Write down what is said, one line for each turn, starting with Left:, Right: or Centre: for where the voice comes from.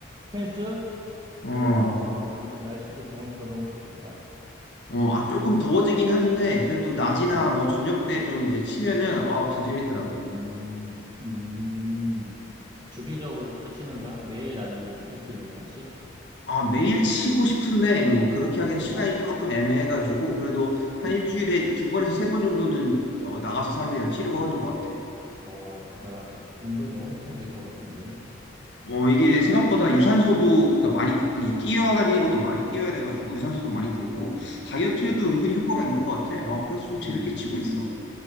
Right: 테니스?
Left: 어,
Right: 와, 요새 날씨도 좋으니까 너무 좋겠다.
Left: 어, 아, 조금 더워지긴 하는데, 그래도 낮이나
Right: 음,
Left: 뭐 저녁 때 좀 이제 치면은, 아, 진짜 재밌더라고.
Right: 음, 음. 주기적으로 치는 거야? 매일 아니면 일주일에 몇 번씩?
Left: 아, 매일 치고 싶은데, 뭐 그렇게 하기엔 시간이
Right: 어,
Left: 조금 애매해가지고, 그래도 한
Right: 음.
Left: 일주일에 두 번에서 세 번 정도는 어, 나가서 사람들이랑 치려고 하는 것 같아.
Right: 와, 대단하다. 운동이 엄청 될 것 같은데?
Left: 어, 이게 생각보다 유산소도, 그러니까 많이, 이게 뛰어야 되는 것도 많이 뛰어야 돼가지고, 유산소도 많이 되고,
Right: 그럼,
Left: 다이어트에도
Right: 음,
Left: 은근히 효과가 있는 것 같아. 어, 그래서 좀 재밌게
Right: 음,
Left: 치고 있어.